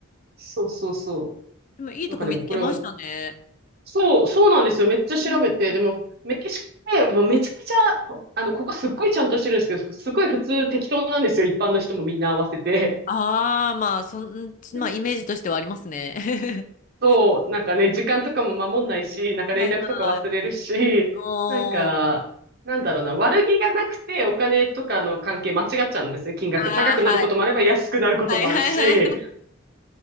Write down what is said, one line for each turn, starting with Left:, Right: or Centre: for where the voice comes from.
Right: そうそうそ
Left: でもいいとこ見つけましたね。
Right: う。なんかでもこれそう、そうなんですよ。めっちゃ調べて。
Left: うん。
Right: でも、メキシコってもうめちゃくちゃ、あの、ここすっごいちゃんとしてるんですけど、すごい普通適当なんですよ。一般の人もみんな合わせて。
Left: ああ、まあ、そん、
Right: で
Left: まあ、イメージとしてはありますね。<laughs>
Right: そう、なんかね、時間とかも守んないし、なんか連絡とか忘れるし、
Left: はいはい。おー。
Right: なんか、なんだろうな、悪気がなくてお金とかの関係間違っちゃうんですよ、金額。
Left: ああ、
Right: 高くなることもあれば安くなることもあるし。
Left: はい。はいはいはい